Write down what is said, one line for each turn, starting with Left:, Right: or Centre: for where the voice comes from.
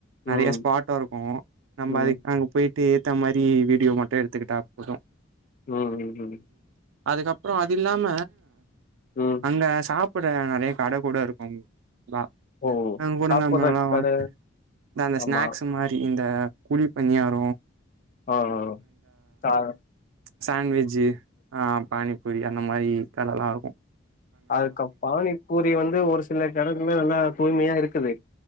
Right: நெறைய
Left: ம்
Right: ஸ்பாட்டா இருக்கு நம்ப
Left: ம்
Right: அதுக்கு அங்க போயி ஏத்த மாரி வீடியோ மட்டு எடுத்துக்கிட்டா போது
Left: ம் ம் ம்
Right: அதுக்கப்ரொ அது இல்லாம
Left: ம்
Right: அங்க சாப் புட நெறைய கட கூட இருக்கும் அ
Left: ஓ
Right: <unintelligible>
Left: சாப்புட்ற கட
Right: இந்த ஸ்நாக்ஸ்
Left: ஆமா
Right: மாரி இந்த குழி பணியாரோம்
Left: ஆஹ்ஹ அஹ்
Right: சாண்ட்வெஜ் ஆஹ் பானிபூரி அந்த மாரி தனல்லாகும்
Left: அதுக்கு பானிப்பூரி வந்து ஒரு சில கடத்துல நல்லா தூய்மையா இருக்குது